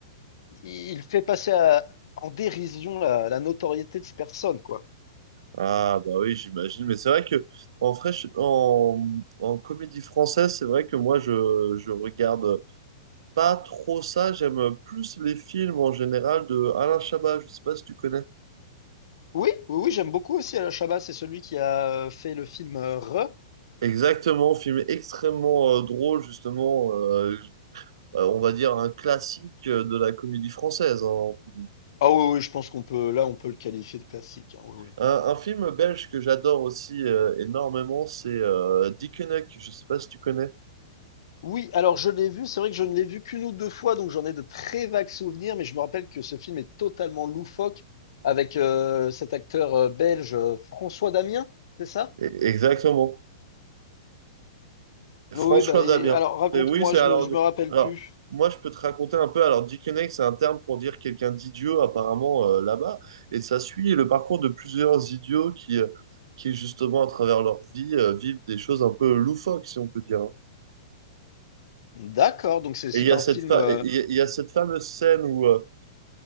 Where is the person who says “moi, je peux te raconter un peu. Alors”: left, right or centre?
Right